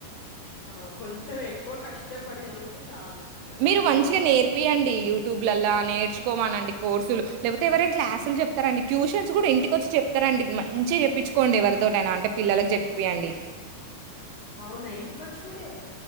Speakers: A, on the left (about 55°); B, on the right (about 80°).
A: ఆహ్ కొంచెం ఎక్కువ కష్టపడి చదువుతే చాలు. ఒక
B: మీరు
A: రెండు
B: మంచిగా
A: సం
B: నేర్పియండి యూట్యూబ్లల్లా నేర్చుకోమనండి. కోర్సులు లేకపోతే ఎవరైనా క్లాసులు చెప్తారండి ట్యూషన్స్ కూడా ఇంటికి వచ్చి చెప్తారండి మంచిగా చెప్పించుకోండి ఎవరై. ఎవర్తోటైన అంటే పిల్లలకు చెప్పియండి.
A: అవునా ఇంటికొచ్చి కూడా చేప్.